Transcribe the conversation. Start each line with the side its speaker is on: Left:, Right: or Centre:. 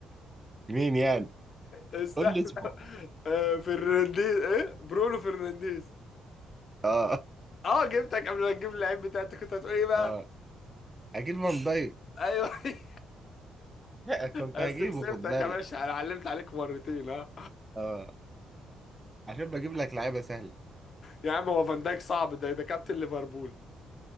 Right: مين يعني
Left: استنى
Right: قول لي اسمه
Left: آه، فرنانديز ايه برونو فرنانديز
Right: اه
Left: اه جبتك قبل ما تجيب اللعيب بتاعتك كنت هتقول ايه بقى
Right: اه اكيد فان دايك
Left: ايوه <laughs>
Right: آه، كنت
Left: بس
Right: هجيبه
Left: كسبتك
Right: خد بالك
Left: يا باشا انا علمت عليك مرتين ها
Right: اه عشان بجيب لك لعيبه سهله
Left: يا عم هو فان دايك صعب ده ده كابتن ليفربول